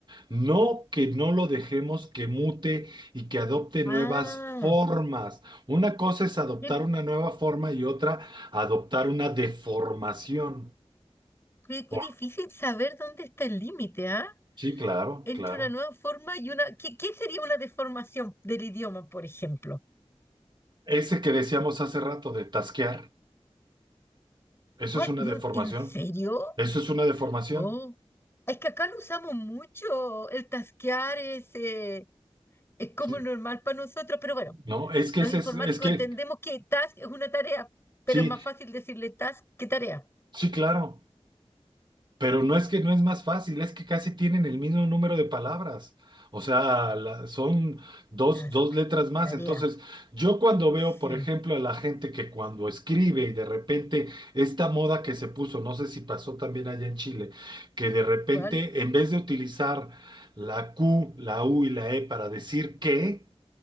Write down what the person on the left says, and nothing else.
Ah,
qué,
qué- qué
difícil saber dónde está el límite, ¿ah?
entre
una nueva forma y una... ¿Qué, qué sería una deformación del idioma, por ejemplo?
Ah,
no,
¿en serio?
Oh, es que acá lo usamos mucho. El tasquear es, eh, es como
normal para nosotros, pero bueno,
los
informáticos
entendemos que task es una tarea, pero
es más fácil decirle task que tarea.
Task,
tarea,
sí.
¿Cuál?